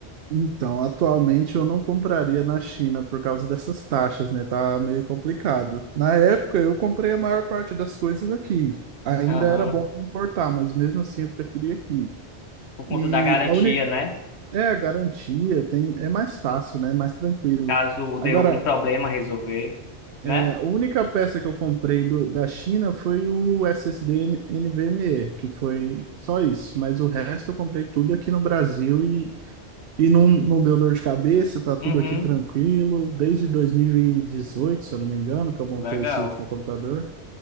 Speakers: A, on the right; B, on the left.
A: Então, atualmente eu não compraria na China por causa dessas taxas, né? Tá meio complicado. Na época eu comprei a maior parte das coisas aqui. Ainda
B: Aham.
A: era bom importar, mas mesmo assim eu preferi aqui.
B: Por conta
A: E
B: da garantia,
A: a única
B: né?
A: é a garantia, tem é mais fácil, né? Mais tranquilo.
B: Caso
A: Agora,
B: dê algum problema resolver, né?
A: é, a única peça que eu comprei do, da China foi o SSD N- NVMe, que foi só isso, mas o resto eu comprei tudo aqui no Brasil e e não, não deu dor de cabeça, tá tudo
B: Uhum.
A: aqui tranquilo. Desde dois mil e dezoito se eu não me engano, que eu montei
B: Legal.
A: esse último computador.